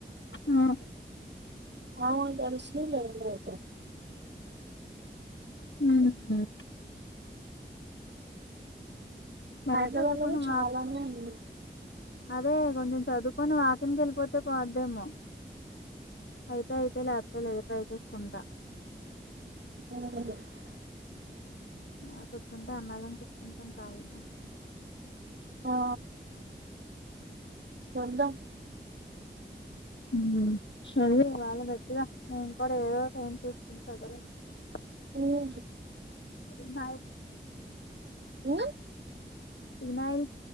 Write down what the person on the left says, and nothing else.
మ్మ్
హూ హమ్ బా
చదువుకొని
వాక్
అదే కొంచెం చదువుకొని వాకింగ్ కి వెళ్ళిపోతే పోద్దేమో అయితే అయితే లేకపోతే లేదు ట్రై చేసుకుంటా
ఆ కూర్చుంటే ఎన్నాలని కూర్చుంటాం కాళిగా
హుమ్మ్ సరే వాళ్ళ గట్టిగా నేను కూడా ఏదో టైం చూసుకుంటా చదవ <unintelligible>
ఉన్నాయి
<unintelligible>